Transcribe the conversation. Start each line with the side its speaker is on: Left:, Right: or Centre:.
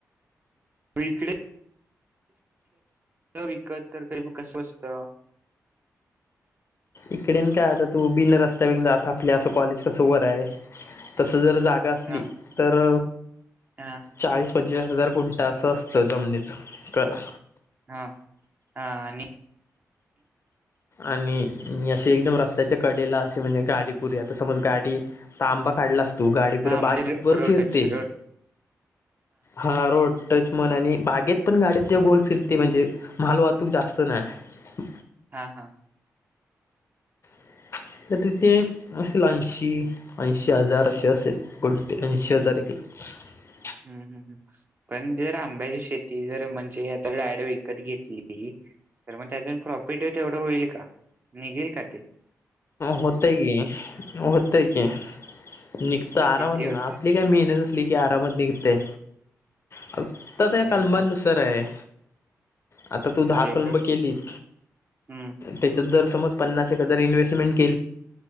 Right: म इकडे. न विकत तर काही ब कसवस्त
Left: तिकडेन काय आता तु बिन रस्त्या बि आता आपल्या असं कॉलेज कसं वर आहे तसं जर जागा असली
Right: हा
Left: तर
Right: हा
Left: चाळीस पंचवीस हजार गुंट असं असतं जमिनीचं करा
Right: हा हा आणि
Left: आणि अे एकदम रस्त्याच्या कडेला अशी म्हणजे गाडीपुरी आता समज गाडी तांबा काढला असतं तु गाडीपुरे
Right: हा म्हणजे
Left: बाकी वर
Right: रोडच
Left: फिरते
Right: रोड
Left: हा रोड टच म्हण आणि बागेत पण गाडीत ज गोल फिरते म्हणजे माल वाहतूक जास्त नाही
Right: हा हा.
Left: हम तर तिथे असेल ऐंशी ऐंशी हजार असे असेल गुटा ऐंशी हजार एक ह
Right: हम्म हम्म हम पण जर आंब्याची शेती जर म्हणजे आता डायरेक्ट विकत घेतली? तर मग त्यातून प्रॉफिट तेवढं होईल का निघेल का ते?
Left: होते कि होते कि निघत आरामात
Right: किती
Left: ये
Right: होतय
Left: ना आपली काय मेहनत निघतय कि अरामत निघतेे फक्त ते
Right: म्हणजे
Left: कलमानुसार आहे. आता तू दहा
Right: म्हणजे
Left: कलब केलीत
Right: हम्म
Left: त्याच्या दर समज पन्नास एक हजार इन्व्हेस्ट